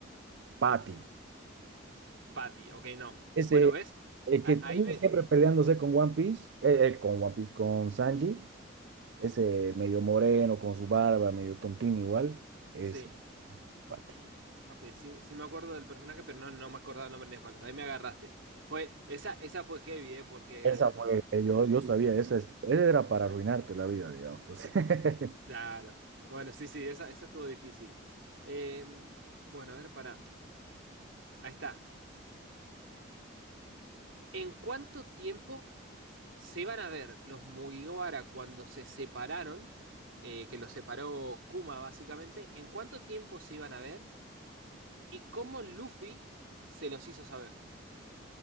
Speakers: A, on the right; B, on the right.
A: Patty.
B: Patty, ok, no.
A: Ese,
B: Bueno, ¿ves?
A: el
B: A-
A: que tenía
B: ahí me.
A: siempre peleándose con One Piece, el, el- con One Piece, con Sanji. Ese medio moreno, con su barba, medio tontín igual, ese
B: Sí.
A: Pati.
B: Ok, sí, sí me acuerdo del personaje, pero no, no me acordaba el nombre ni a palos. Ahí me agarraste. Fue, esa, esa fue heavy, ¿eh? Porque...
A: Esa fue, eh,
B: mm,
A: yo, yo sabía, esa, es- esa era para arruinarte la vida, digamos. pues. <laughs>
B: Claro. Bueno, sí, sí, esa, esa estuvo difícil. Em, bueno, a ver, pará. Ahí está. ¿En cuánto tiempo se van a ver los Mugiwara cuando se separaron? eh, que los separó Kuma, básicamente. ¿En cuánto tiempo se iban a ver? ¿Y cómo Luffy se los hizo saber?